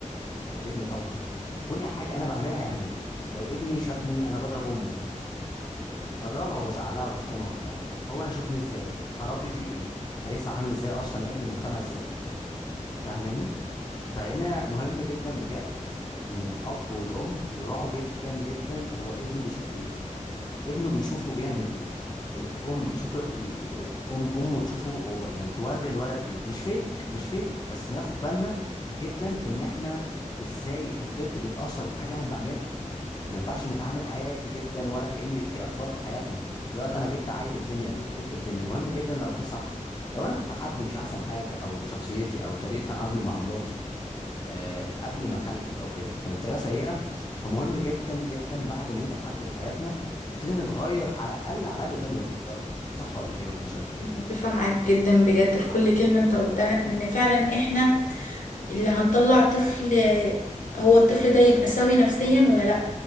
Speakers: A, on the left; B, on the left.
A: هيقلدني طبعا كل حاجه انا بعملها هيعملها لو ابني شافني انا بضرب امه مثلا بضربها وبزعلها وبشتمها وبتاع هو هيشوفني ازاي هربي فيه ايه هيطلع عامل ازاي اصلا يقابل المجتمع ازاي فاهماني فهنا مهم جدا بجد ان الاب والام يراعوا جدا جدا هو ابنه بيشوف ايه ابنه بيشوفه بيعمل ايه الام يشوف الام امه تشوفه هو يعني توري الولد ايه مش فيك مش فيك بس ناخد بالنا جدا في ان احنا ازاي الطفل بيتاثر بالحاجات اللي احنا بنعملها ما ينفعش نتعامل عادي جدا ولا كأن في اطفال في حياتنا دلوقتي انا جبت عيل الدنيا جبت طفل الدنيا مهم جدا اربيه صح لو انا كنت حد مش احسن حاجه او شخصيتي او طريقه تعاملي مع مراتي آه، قبل ما اخلف او كده كانت طريقه سيئه فمهم جدا جدا بعد ما يجي حد في حياتنا نبتدي نتغير على الاقل على الاقل قدام الولد صح ولا ايه ولا انت شايف ايه
B: متفقة معاك جدا بجد في كل كلمة انت قلتها ان فعلا احنا اللي هنطلع طفل هو الطفل ده يبقى سوي نفسيا ولا لا